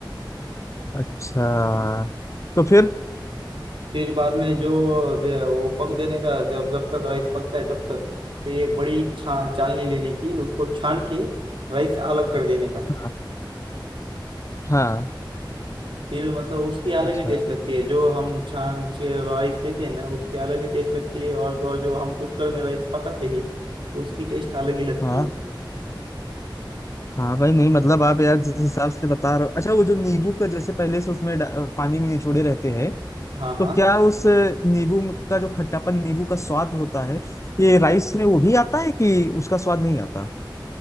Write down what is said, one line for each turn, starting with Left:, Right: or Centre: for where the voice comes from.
Left: अच्छा तो फिर
Right: फिर बाद में जो दे, वो पक देने का जब जब तक राइस पकता है तब तक फिर एक बड़ी छा चालनी लेने की उसको छान के राइस अलग कर देने का
Left: हाँ हाँ
Right: फिर मतलब उसकी अलग
Left: अच्छा
Right: ही टेस्ट लगती है जो हम छान के राइस लेते हैं ना उसकी अलग ही टेस्ट लगती है और तो और जो हम कुकर में राइस पकाते हैं उसकी टेस्ट अलग ही लगती
Left: हाँ
Right: है
Left: हाँ भाई नहीं मतलब आप यार जिस हिसाब से बता रहे हो अच्छा वो जो नींबू का जैसे पहले से उसमें डा- पानी में निचोड़े रहते हैं
Right: हाँ
Left: तो
Right: हाँ
Left: क्या उस नींबू का जो खट्टापन नींबू का स्वाद होता है ये राइस में वो भी आता है कि उसका स्वाद नहीं आता